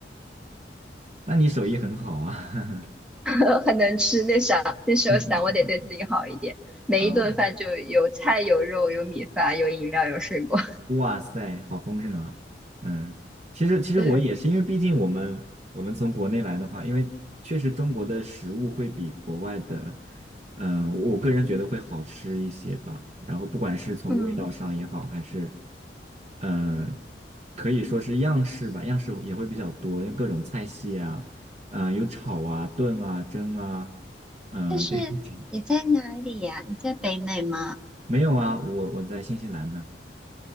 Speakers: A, on the right (about 40°); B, in the centre.
A: 那你手艺很好啊，<laughs>
B: <laughs> 很能吃。那啥，那时候想我得对自己好一点，
A: 嗯嗯嗯，
B: 每一顿饭就有菜有肉有米饭有饮料有水果，
A: 啊，哇塞，好丰盛啊，嗯，其实其实我也是，
B: <laughs> 对。
A: 因为毕竟我们我们从国内来的话，因为确实中国的食物会比国外的，嗯、我个人觉得会好吃一些吧。然后不管是从味道上也好，
B: 嗯，
A: 还是，嗯、可以说是样式吧，样式也会比较多，各种菜系啊，嗯、有炒啊、炖啊、蒸啊，嗯、
B: 但是你在哪里呀？
A: 这这。
B: 你在北美吗？
A: 没有啊，我我在新西兰呢。